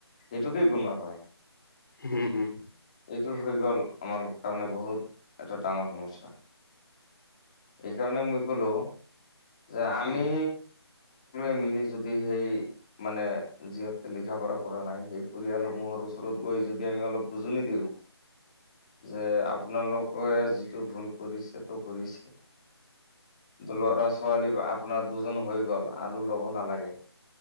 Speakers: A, on the left; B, on the left.
A: এইটোকেই গম নাপাই।
B: হম, হম।
A: মেইটো হৈ গ'ল আমাৰ কাৰণে বহুত এটা ডাঙৰ সমস্যা। সেইকাৰণে মই কলো যে আমি
B: হম
A: আমি সেই যদি সেই মানে যিহেতু লিখা পঢ়া কৰা নাই সেই পৰিয়ালসমূহৰ ওচৰত গৈ যদি আমি অলপ বুজি নিদিও যে আপোনালোকে যিটো ভুল কৰিছে তো কৰিছে। ল'ৰা ছোৱালী আপোনাৰ দুজন হৈ গ'ল আৰু ল'ব নালাগে।